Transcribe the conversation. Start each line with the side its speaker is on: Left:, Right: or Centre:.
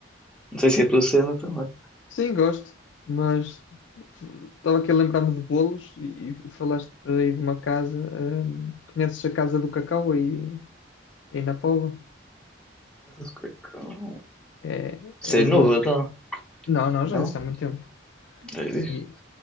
Centre: Não sei se é a tua cena também.
Left: Sim, gosto, mas estava aqui a lembrar-me de bolos e, e falaste aí de uma casa. hum, conheces a Casa do Cacau aí, aí na Póvoa?
Centre: Mas o que é que-
Left: É,
Centre: Isso
Left: é os
Centre: é novo,
Left: bolos.
Centre: então,
Left: Não, não, já
Centre: não?
Left: existe há muito tempo.
Centre: É
Left: E
Centre: isso.